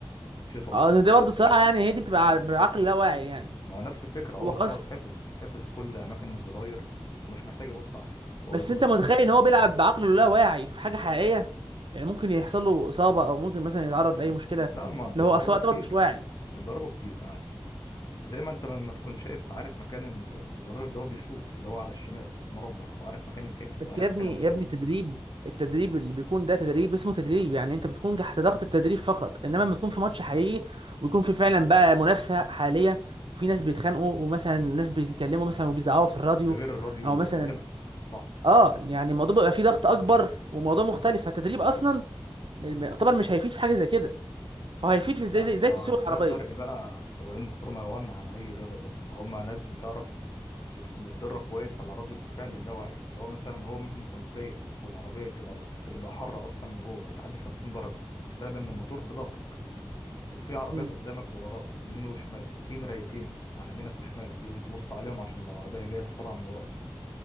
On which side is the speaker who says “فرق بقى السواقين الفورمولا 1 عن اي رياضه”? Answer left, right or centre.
Left